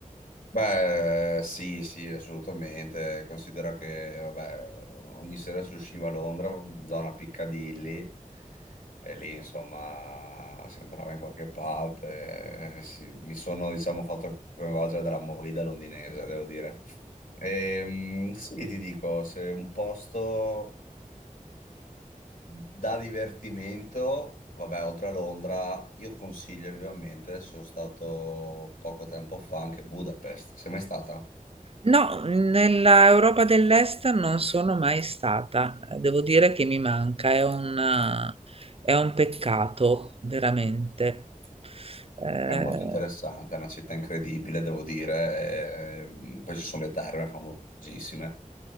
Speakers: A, on the left; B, on the right.
A: Beh, sì, sì, assolutamente. Considera che, vabbè, ogni sera si usciva a Londra, zona Piccadilly, e lì, insomma, si entrava in qualche pub. e si- mi sono, diciamo, fatto coinvolgere dalla movida londinese, devo dire. Ehm, sì, ti dico, se un posto. Da divertimento, vabbè, oltre a Londra, io consiglio vivamente, adesso sono stato poco tempo fa anche a Budapest, sei mai stata?
B: No, nella Europa dell'Est non sono mai stata. Devo dire che mi manca, è un, è un peccato, veramente. Eh,
A: È molto interessante, è una città incredibile, devo dire, ehm, poi ci sono le terme famosissime.